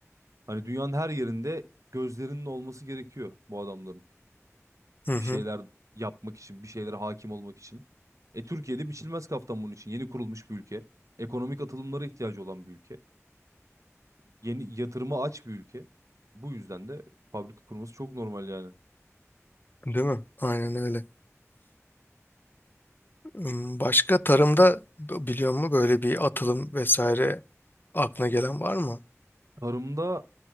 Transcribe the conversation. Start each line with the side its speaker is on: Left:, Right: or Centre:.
Right: Hani dünyanın her yerinde gözlerinin olması gerekiyor bu adamların.
Left: Hı hı.
Right: Bir şeyler yapmak için, bir şeylere hakim olmak için. E Türkiye'de biçilmez kaftan bunun için. Yeni kurulmuş bir ülke. Ekonomik atılımlara ihtiyacı olan bir ülke. Yeni yatırıma aç bir ülke. Bu yüzden de fabrika kurması çok normal yani.
Left: Değil mi? Aynen öyle. Hmm, Başka tarımda b- biliyor musun böyle bir atılım vesaire aklına gelen var mı?
Right: Tarımda